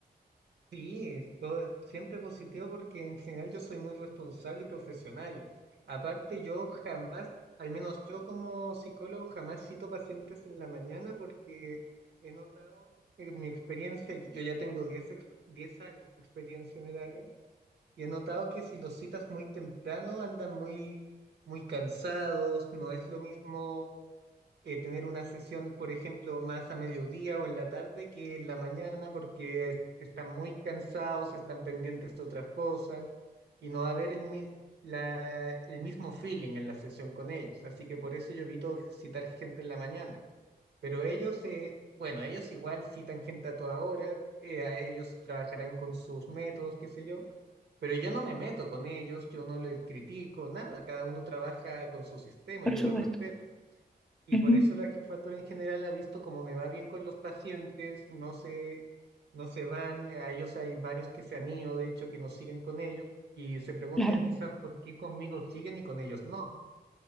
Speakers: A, on the right; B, in the centre.
A: Sí, todo- siempre positivo porque en general yo soy muy responsable y profesional. Aparte, yo jamás, al menos yo como psicólogo, jamás cito pacientes en la mañana porque he notado en mi experiencia, y yo ya tengo diez ex- 10 años de experiencia en el área, y he notado que si los citas muy temprano andan muy, muy cansados, no es lo mismo eh, tener una sesión, por ejemplo, más a mediodía o en la tarde que en la mañana porque es- están muy cansados, están pendientes de otras cosas y no va a haber el, mi- la- el mismo feeling en la sesión con ellos. Así que por eso yo evito citar gente en la mañana. Pero ellos, eh, bueno, ellos igual citan gente a toda hora, eh, a ellos trabajarán con sus métodos, qué sé yo. Pero yo no me meto con ellos, yo no les critico, nada, cada uno trabaja con su sistema
B: Por
A: y yo
B: supuesto.
A: lo respeto. Y
B: Ujú,
A: por eso la jefatura en general ha visto cómo me va bien con los pacientes, no se, no se van, a ellos hay varios que se han ido, de hecho, que nos siguen con ellos, y se preguntan
B: claro.
A: quizás por qué conmigo siguen y con ellos no.